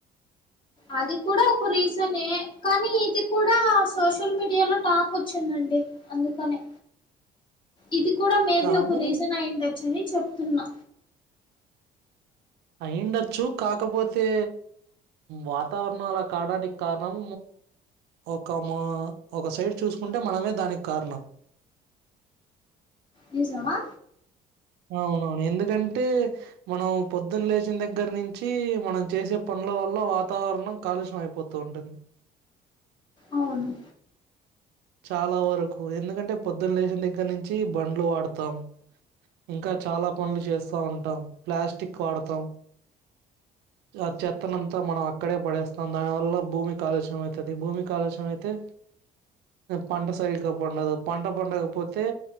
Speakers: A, on the left (about 30°); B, on the right (about 80°).
A: అది కూడా ఒక రీజనే కానీ ఇది కూడా సోషల్ మీడియా లో టాక్ వచ్చిందండి అండి అందుకనే ఇది కూడా మేబి
B: కానీ
A: ఒక రీజన్ అయిండొచ్చు అని చెప్తున్నా
B: అయిండొచ్చు కాకపోతే వాతావరణం అలా కావడానికి కారణం ఒక మా ఒక సైడ్ చూసుకుంటే మనమే దానికి కారణం
A: నిజమా
B: అవునవును ఎందుకంటే మనం పొద్దున్న లేచిన దగ్గర నుంచి మనం చేసే పనులు ల వల్ల వాతావరణం కాలుష్యంమయిపోతూ ఉంటుంది
A: అవును
B: చాలా వరకు ఎందుకంటే పొద్దున్న లేచిన దగ్గర నుంచి బండ్లు వాడతాం ఇంకా చాలా పనులు చేస్తా ఉంటాం ప్లాస్టిక్ వాడతాం ఆ చెత్తనంతా మనం అక్కడే పడేస్తాం దాని వల్ల భూమి కాలుష్యం అవుతది భూమి కాలుష్య అయితే పంట సరిగ్గా పండదు పంట పండకపోతే